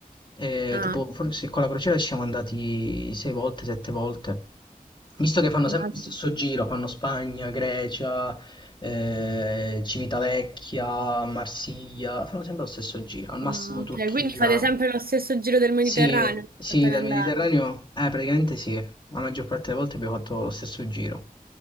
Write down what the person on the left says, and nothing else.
eh,
tipo forse con la crociera ci siamo andati 6 volte, 7 volte. Visto che fanno
sempre lo stesso giro, fanno Spagna, Grecia, eh, Civitavecchia, Marsiglia, fanno sempre lo stesso giro, al
massimo
Turchia,
sì,
sì,
dal
Mediterraneo, eh, praticamente sì, la maggior parte delle volte abbiamo fatto lo stesso giro.